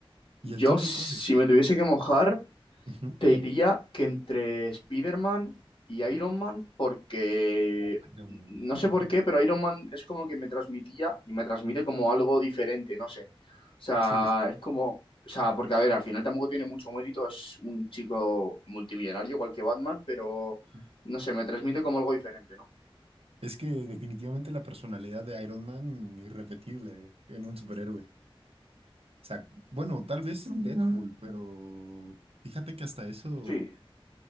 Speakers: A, on the right; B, on the left.
A: ¿Y
B: Yo,
A: el tuyo
B: si
A: cuál es?
B: me tuviese que mojar...
A: Ujú.
B: Te diría que entre Spider-Man y Iron Man, porque
A: Oh, Iron Man.
B: no sé
A: Ujú.
B: por qué, pero Iron Man es como que me transmitía y me transmite como algo diferente, no sé. O sea,
A: Sí. sí,
B: es como, o sea, porque a ver, al final tampoco tiene mucho mérito, es un chico multimillonario igual que Batman, pero
A: sí.
B: no sé, me transmite como algo diferente, ¿no?
A: Es que definitivamente la personalidad de Iron Man, irrepetible en un superhéroe. O sea, bueno, tal vez en Deadpool, pero fíjate que hasta eso,
B: Sí.